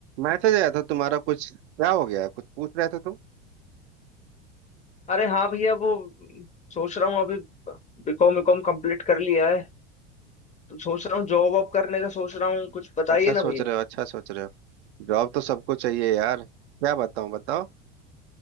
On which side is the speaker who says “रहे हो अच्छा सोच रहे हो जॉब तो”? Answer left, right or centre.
Right